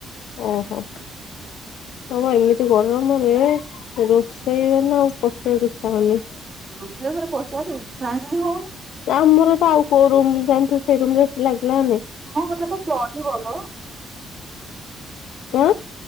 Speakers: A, on the left; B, on the right.
A: ଓହୋ। ହମ ଏମିତି ଗରମରେ ରୋଷେଇ ହେନେ ଆଉ ପସିବାକୁ ଇଛା ହୋଉନି।
B: ରୁଷରେ ଘରେ ପଶିବାକୁ ଇଛାହିଁ ହଉନି।
A: ଆମରତ ଆଉ କୋଉ ରୁମ୍ ଯାଣିଥିବୁ ସେଇ ରୁମରେ ଏସି ଲାଗିଲାନୀ।
B: ହଁ ସେଟାତ ଚଳିବଲ।
A: ଉଁ।